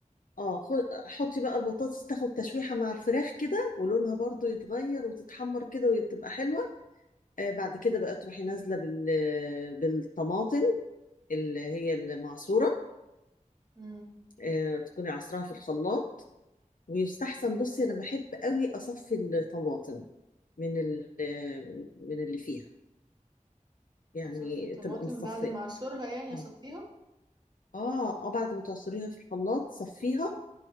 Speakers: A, on the left; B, on the right.
A: اه خو- حطي بقى البطاطس تاخد تشويحه مع الفراخ كده ولونها برضو يتغير وتتحمر كده وتبقى حلوه آه، بعد كده بقى تروحي نازله بال بالطماطم اللي هي المعصوره
B: امم
A: آه، تكوني عصراها في الخلاط ويستحسن بصي انا بحب قوي اصفي الطماطم من ال... آه، من اللي فيها يعني
B: اصفي الطماطم
A: تبقى متصفيه
B: بعد ما اعصرها يعني اصفيها
A: اه اه آه، بعد ما تعصريها في الخلاط صفيها